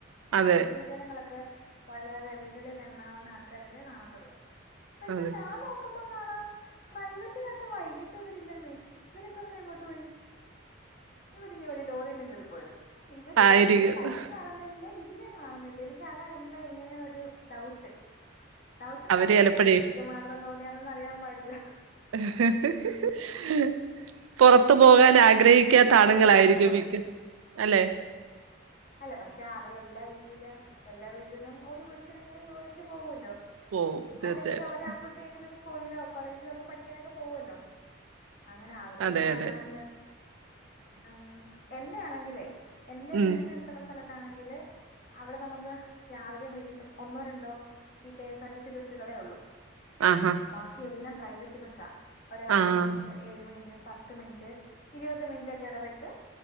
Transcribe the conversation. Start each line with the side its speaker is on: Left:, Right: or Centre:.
Right: അതെ
Left: സ്ത്രീ ജനങ്ങളൊക്കെ, വളരെ വിരളിൽ എണ്ണാവുന്ന ആൾക്കാരൊക്കെ കാണത്തുള്ളൂ. പക്ഷെ,
Right: അതെ
Left: ഞാൻ നോക്കുമ്പോ <unintelligible> പ്രൈവറ്റിനകത്ത് വൈകിട്ട് ഇവരില്ലെന്നേ! ഇവരൊക്കെ പിന്നെ എങ്ങോട്ട് പോയി? ഇവരി ഇനി വല്യ ലോറിയിലും കേറിപ്പോയോ? ഇവര്
Right: ആയിരിക്കും
Left: ഇവരെ, ലതിലും കാണുന്നില്ല. ഇതി ഇതിലും കാണുന്നില്ല. എനിക്കതാ എന്താ ഇങ്ങനെന്നൊരു ഡൗട്ട്. ഡൗട്ട്ന്നറഞ്ഞ
Right: അവര് ചെലപ്പഴേ
Left: ഇനി എനി എനിക്ക് മാത്രം തോന്നിയാന്നറിയാൻ പാടില്ല.
Right: <unintelligible> പുറത്ത് പോകാനാക ആഗ്രഹിക്കാത്ത
Left: അങ്ങനൊരു
Right: ആണുങ്ങളായിരിക്കും
Left: സംഭവം
Right: മിക്കതും അല്ലെ?
Left: അല്ല. പക്ഷെ, അവര് എല്ലാ വീട്ടില്, എല്ലാ വീട്ടിൽ നിന്നും ഒരു പുരുഷനെങ്കിലും ജോലിക്ക് പോവൊല്ലോ?
Right: പോവും തീർച്ചയായിട്ടും
Left: അല്ലെങ്കിൽ ഒരാൺകുട്ടിയെങ്കിലും സ്കൂളിലോ, കോളേജിലോ, ഒക്കെ പഠിക്കാനൊക്കെ പോവല്ലോ!. അങ്ങനെ അവരെ
Right: അതെ
Left: ഇപ്പ കാണാനില്ല.
Right: അതെ
Left: ഉം. എന്റെ ആണെങ്കിലേ, എൻ്റെ
Right: ഉം
Left: വീടിനടുത്തുള്ള സ്ഥലത്താണെങ്കില് അവിടെ നമുക്ക് രാവിലെയും, വൈകിട്ടും ഒന്നോ, രണ്ടോ ഈ കെ സാർ ടി സി ബസ്സുകളേ ഉള്ളൂ.
Right: ആഹാ
Left: ബാക്കി എല്ലാം പ്രൈവറ്റ് ബസ്സാ. ഒരു അഞ്ച്
Right: ആഹ്
Left: മിനിറ്റ്, ഏഴ് മിനിറ്റ് പത്ത് മിനിറ്റ്, ഇരുപത് മിനിറ്റ് ഒക്കെ ഇടവിട്ട്,